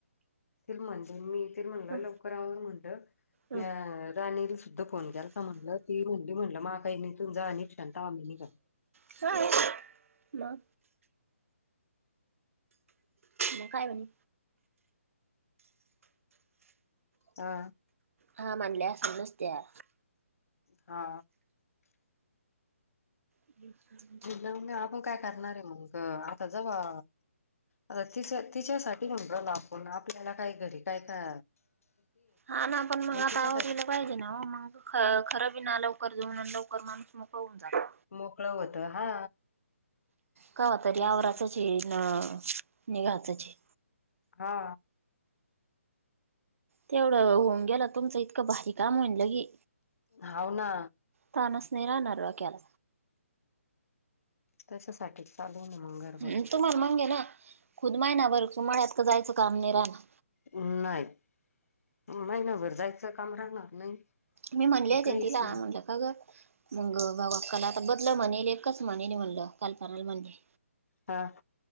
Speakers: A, on the left (about 75°); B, on the right (about 65°).
A: मिळतील म्हणल, मिळतील म्हणल,
B: हं,
A: लवकर आवर म्हणलं
B: हं,
A: म्या राणी तिथं फोन केला तर म्हटलं, ती म्हणली म्हटलं माग काही नाही तून जाऊ तवा निघ
B: <unintelligible> मग म काय म्हणे?
A: हा.
B: हा, म्हनले असलंचं त्या.
A: हा.
B: <unintelligible>
A: म आपण काय करणार आहो, मग आता जवा आता ति तिच्यासाठी नंबरला आपण आपल्याला काही घरी काय का?
B: हा, ना पण मग आता
A: तिच्यासाठी
B: आवरिला पाहिजे, ना हो मग? ख खरं बी ना लवकर जाऊन लवकर माणूस मोकळ होऊन जात.
A: मोकळ होत हा.
B: कवा तरी
A: तेच
B: आवराचची न निघाचचे.
A: हा.
B: तेवढं होऊन गेला. तुमचं इतकं भारी काम म्हणलं की,
A: हाव ना.
B: ताणच नाही राहणार. डोक्याला
A: त्याच्यासाठी चालू ना मग गरबड
B: हम्म तुम्हाला म्हणाले ना खुद महिना भर मळ्यात काय जायचं काम नाही राहणार.
A: अ नाही महिनाभर जायचं काम राहणार नाही.
B: मी म्हणले होते
A: काहीच
B: न तिला
A: नाही
B: म्हटलं, काग मग बाघ अकाला आता बदलं म्हणेल एकच म्हणेल म्हणलं कालपणाला म्हणली,
A: हा हा.